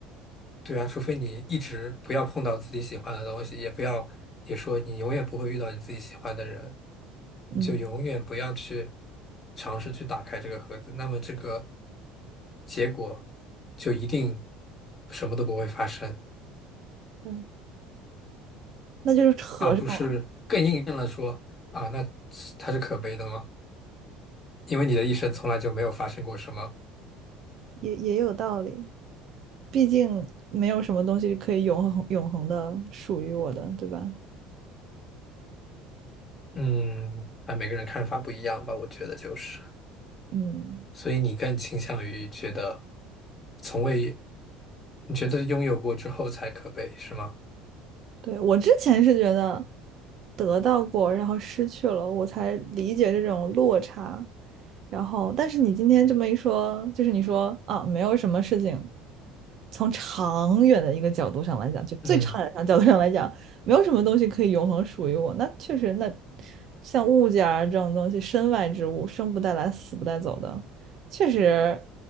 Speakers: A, on the left (about 30°); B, on the right (about 45°).
A: 对啊，除非你一直不要碰到自己喜欢的东西，也不要，也说你永远不会遇到你自己喜欢的人，
B: 嗯，
A: 你就永远不要去尝试去打开这个盒子，那么这个结果就一定什么都不会发生。
B: 对，那就是合上了，
A: 啊，不是更印证了说啊，那是它是可悲的吗？因为你的一生从来就没有发生过什么，
B: 也也有道理，毕竟没有什么东西可以永恒永恒的属于我的，对吧？
A: 嗯，啊，每个人看法不一样吧，我觉得就是，
B: 嗯。
A: 所以你更倾向于觉得从未，你觉得拥有过之后才可悲，是吗？
B: 对，我之前是觉得得到过，然后失去了，我才理解这种落差。然后，但是你今天这么一说，就是你说啊，没有什么事情，从长远的一个角度上来讲，就最长远的角度上来讲，
A: 嗯，
B: 没有什么东西可以永恒属于我。那确实，那像物件儿这种东西，身外之物，生不带来，死不带走的，确实，